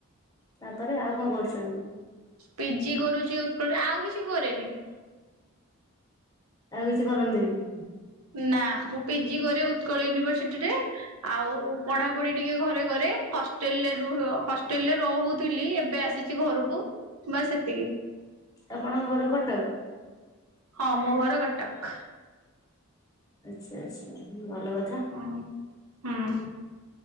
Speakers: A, on the left; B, on the right.
A: ତାପରେ ଆଉ କଣ କରୁଛନ୍ତି?
B: ପିଜି କରୁଛି ଉତ୍କଳରେ ଆଉ କିଛି କରେନି।
A: ଆଉ କିଛି କରନ୍ତିନି?
B: ନା ମୁଁ ପିଜି କରେ ଉତ୍କଳ ୟୁନିଭଏସିଟିରେ ଆଉ ପଢାପଢି ଟିକେ ଘରେ କରେ ହଷ୍ଟେଲରେ ର ହଷ୍ଟେଲରେ ରହୁଥିଲି ଏବେ ଆସି ଆସିଛି ଘରକୁ ବାସ୍ ସେତିକି।
A: ଆପଣଙ୍କ ଘର କଟକ?
B: ହଁ ମୋ ଘର କଟକ।
A: ଆଚ୍ଛା ଆଚ୍ଛା ହୁଁ ଭଲ କଥା।
B: ହଁ, ହୁଁ।